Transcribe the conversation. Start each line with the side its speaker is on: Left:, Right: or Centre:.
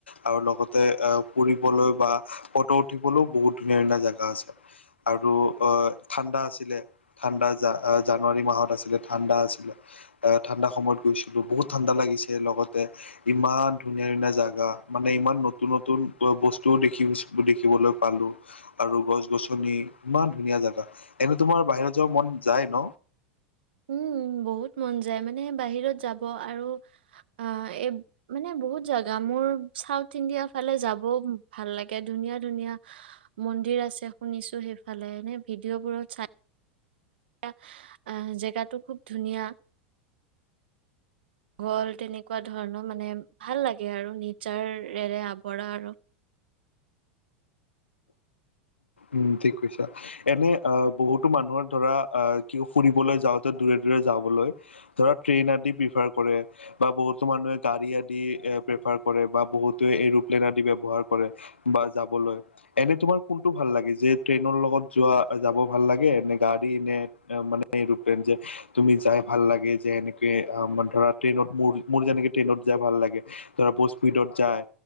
Left: আৰু লগতে আ ফুৰিবলৈ বা ফটো উঠিবলৈও বহুত ধুনীয়া ধুনীয়া জেগা আছে আৰু অ ঠাণ্ডা আছিলে ঠাণ্ডা জা জানুৱাৰী মাহত আছিলে ঠাণ্ডা আছিলে এ ঠাণ্ডা সময়ত গৈছিলো বহুত ঠাণ্ডা লাগিছে লগতে ইমান ধুনীয়া ধুনীয়া জেগা মানে ইমান নতুন নতুন বস্তুও দেখিছ দেখিবলৈ পালো আৰু গছ গছনি ইমান ধুনীয়া জেগা এনে তোমাৰ বাহিৰত যাব মন যায় ন
Right: উম বহুত মন যায় মানে বাহিৰত যাব আৰু আ এই মানে বহুত জেগা মোৰ চাউথ ইণ্ডিয়া ফালে যাবও ভাল লাগে ধুনীয়া ধুনীয়া মন্দিৰ আছে শুনিছো সেইফালে এনে ভিডিঅ'বোৰত চাই এ আহ জেগাটো খুব ধুনীয়া গল তেনেকুৱা ধৰণৰ মানে ভাল লাগে আৰু নিজাৰেৰে আৱৰা আৰু
Left: উম ঠিক কৈছা এনে আ বহুতো মানুহৰ ধৰা আ কিও ফুৰিবলৈ যাওতে দূৰে দূৰে যাবলৈ ধৰা ট্ৰেইন আদি প্ৰিফাৰ কৰে বা বহুতো মানুহে গাড়ী আদি এ প্ৰিফাৰ কৰে বা বহুতে এৰপ্লেন আদি ব্যৱহাৰ কৰে বা যাবলৈ এনে তোমাৰ কোন টো ভাল লাগে যে ট্ৰেইনৰ লগত যোৱা যাব ভাল লাগে নে গাড়ী নে উম মানে এৰপ্লেন যে তুমি যাই ভাল লাগে যে এনেকে আ মান ধৰা ট্ৰেইনত মোৰ মোৰ যেনেকে ট্ৰেইনত যাই ভাল লাগে ধৰা বহুত স্পীডত যায়